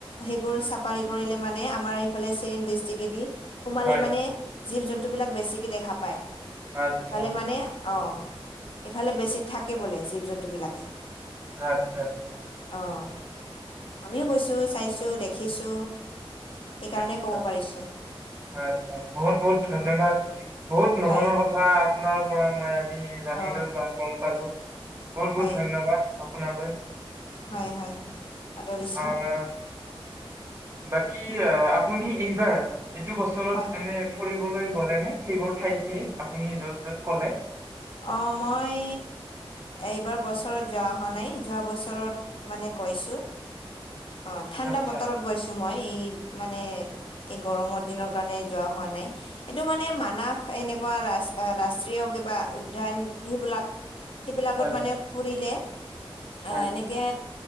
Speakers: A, on the left; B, on the right.
A: সেইবোৰ চাফাৰি কৰিলে মানে আমাৰ ফালে চিৰিং ডিষ্ট্ৰিকে দি সোমালে
B: হয়,
A: মানে জীৱ-জন্তুবিলাক বেছিকে দেখা পায়।
B: আচ্ছা,
A: সিফালে মানে অ', এফালে বেছি থাকে বোলে জীৱ-জন্তুবিলাকে।
B: আচ্ছা আচ্ছা।
A: অ', আমিও গৈছো, চাইছো, দেখিছো। সেইকাৰণে
B: আচ্ছা,
A: ক'ব পাৰিছো।
B: আচ্ছা। বহুত বহুত ধন্যবাদ।
A: অ
B: বহুত নজনা
A: হয়
B: কথা আপোনাৰ পৰা মই আজ জি জানিলো
A: অ
B: বা গম পালো। বহুত
A: হয়
B: বহুত ধন্যবাদ আপোনালৈ।
A: হয় হয়, আদৰিছোঁ।
B: আহ বাকী আপুনি এইবাৰ এইটো বছৰত
A: হয়
B: এনে ফুৰিবলে গ'লে নে, সেইবোৰ ঠাইখিনিত আপুনি য'ত য'ত ক'লে?
A: অ', মই এইবাৰ বছৰত যোৱা হোৱা নাই। যোৱা বছৰত মানে গৈছো। অ', ঠাণ্ডা
B: আচ্ছা
A: বতৰত গৈছো মই। এই মানে এই গৰমৰ দিনৰ কাৰণে যোৱা হোৱা নাই। এইটো মানে মানাস এনেকুৱা ৰাচ ৰাষ্ট্ৰীয় কিবা উদ্যান সেইবিলাক সেইবিলাকত
B: হয়
A: মানে
B: হয়
A: ফুৰিলে অ',
B: হয়
A: এনে কে